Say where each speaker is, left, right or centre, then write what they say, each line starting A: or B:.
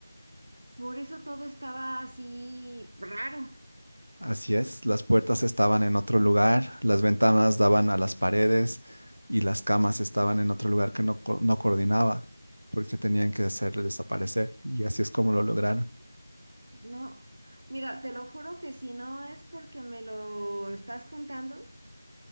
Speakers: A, on the right; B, on the right.
A: Por eso todo estaba así raro,
B: Así es, las puertas estaban en otro lugar, las ventanas daban a las paredes y las camas estaban en otro lugar que no, co- no coordinaba porque tenían que hacerle desaparecer y así es como lo lograron.
A: ¿no? Mira, te lo juro que si no es porque me lo estás contando,